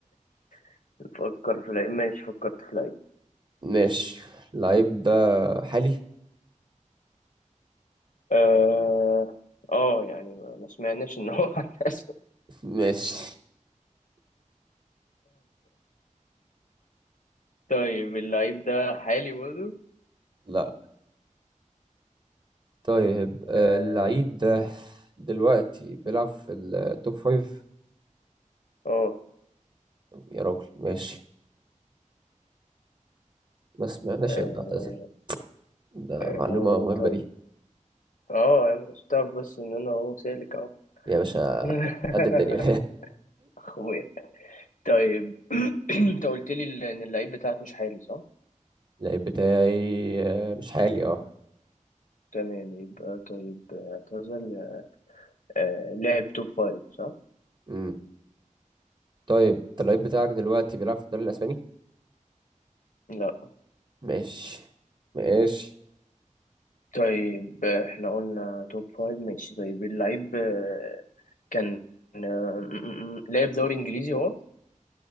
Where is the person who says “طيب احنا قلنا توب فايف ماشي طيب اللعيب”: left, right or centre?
Left